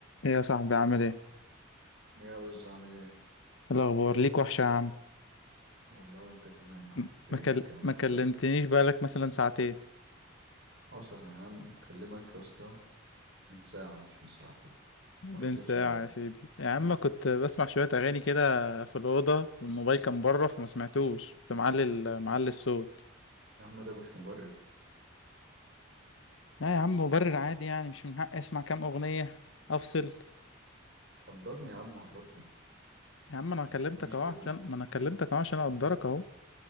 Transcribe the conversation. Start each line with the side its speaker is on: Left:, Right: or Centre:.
Left: ايه يا صاحبي عامل ايه إيه
Right: يا وز عامل ايه
Left: الاخبار ليك وحشه يا عم
Right: والله وانت كمان يا عم
Left: م-
Right: فينك
Left: ما كل...
Right: كده مختفي
Left: ما كلمتنيش بقالك مثلا ساعتين
Right: حصل يعني انا مكلمك يا اسطى من ساعة مش من ساعتين
Left: بين
Right: ما ردتش
Left: ساعه
Right: عليا
Left: يا سيدي يا عم كنت بسمع شويه اغاني كده في الاوضه والموبايل كان بره فما سمعتوش كنت معلي ال- معلي الصوت
Right: يا عم ده مش مبرر
Left: لا يا عم مبرر عادي يعني مش من حقي اسمع كام اغنيه افصل
Right: قدرني يا عم عرفني ما
Left: يا عم انا كلمتك
Right: تسيبنيش
Left: اهو
Right: كده
Left: عشان
Right: يا عم
Left: ما انا كلمتك اهو عشان اقدرك اهو